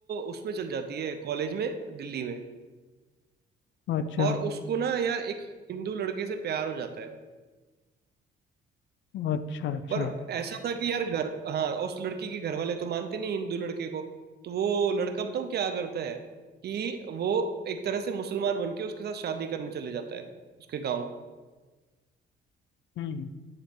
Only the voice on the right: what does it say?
उसमें चल जाती है कॉलेज में दिल्ली में
और उसको ना यार एक हिंदू लड़के से प्यार हो जाता है
पर ऐसा था कि यार घर हाँ उस लड़की के घर वाले तो मानते नहीं हिंदू लड़के को तो वो लड़का बताऊँ क्या करता है कि वो एक तरह से मुसलमान बन के उसके साथ शादी करने चले जाता है उसके गाँव